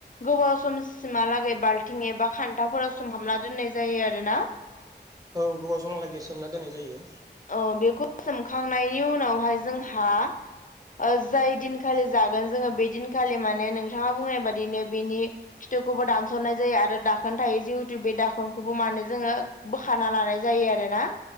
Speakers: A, on the left (about 45°); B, on the right (about 20°).
A: गोबाव समसिम हागै बाल्थिं एबा खान्थाफोराव सु सुम हाबना दोननाय जायो आरोना।
B: औ गोबाव समहालागै सोमना दोननाय जायो
A: अ बेखौ सोमखांनायनि उनावहाय जों <unintelligible> हा ओ जाय दिनखालि जागोन जोङो बे दिनखालि माने नोंथाङा बुंनाय बादिनो बेनि खिथ थुखौबो दानस'नाय जायो आरो दाखोन थायो जिउत तु बे दाखोनखौबो मानोे जोङो बोखाना लानाय जायो आरोना।